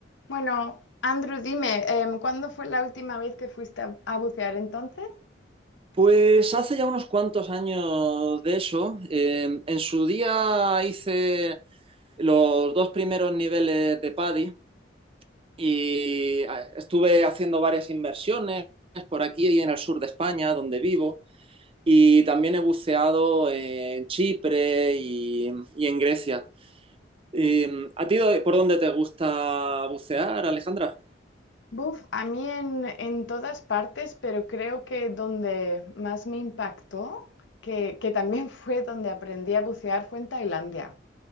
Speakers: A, on the left; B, on the right.
A: Bueno, Andrew, dime, em, ¿cuándo fue la última vez que fuiste a, a bucear entonces?
B: Pues hace ya unos cuantos años de eso. Eh, en su día hice los dos primeros niveles de PADI y eh, estuve haciendo varias inversiones por aquí y en el sur de España, donde vivo, y también he buceado en Chipre y, y en Grecia. Eh, ¿a ti do- por dónde te gusta bucear, Alejandra?
A: Buf, a mí en, en todas partes, pero creo que donde más me impactó, que, que también <laughs> fue donde aprendí a bucear, fue en Tailandia.